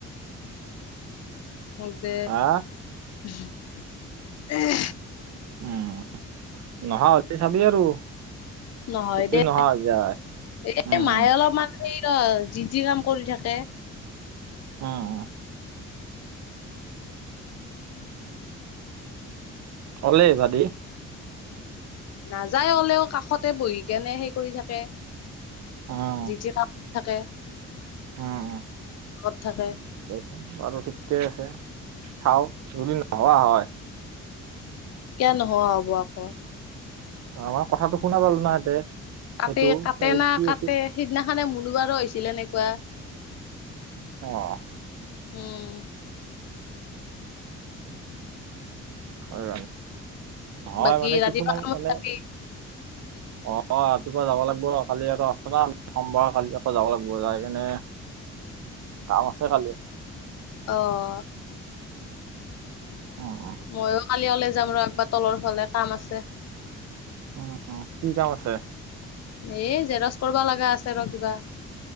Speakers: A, on the left; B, on the right.
A: মে
B: হা
A: <unintelligible>
B: উম নহোৱা হলে চাবি আৰু
A: নহয়
B: যদি
A: দে
B: নহা হৈ যায়
A: এ
B: উম,
A: মায়ে অলপমান সেই যি যি কাম কৰি থাকে।
B: উম। কলে ভাবি
A: নাযায় হলেও কাষতে বহি কেনে সেই কৰি থাকে,
B: উম, উম,
A: জি টি কাম। থাকে ৰুমত
B: উম
A: থাকে।
B: দেচোন বাৰু ঠিকে আছে চাও যদি নোহোৱা হয়।
A: কিয় নহোৱা হব আকৌ
B: আ মই কথাটো শুনা পালো না এতে
A: কাট
B: সেইটো
A: কাটে
B: এ
A: না
B: কি
A: কাটে
B: আছিল
A: সিদিনাখনে মনুবাৰো হৈছিল এনেকুৱা
B: অ
A: উম।
B: হয়ে হয়
A: বাকী
B: মানে
A: ৰাতিপুৱা
B: কিছুমান
A: কামত
B: মানে
A: যাবি
B: অ অ ৰাতিপুৱা যাব লাগিব কালি আক আ ন সোমবাৰ কালি আকৌ যাব লাগিব যাই কিনে কাম আছে খালি।
A: অহ।
B: উম উম
A: ময়ো কালি ওলাই যাম ৰ একবাৰ তলৰ ফালে কাম আছে।
B: উ কি কাম আছে
A: এ জেৰক্স কৰিবা লগা আছে ৰ কিবা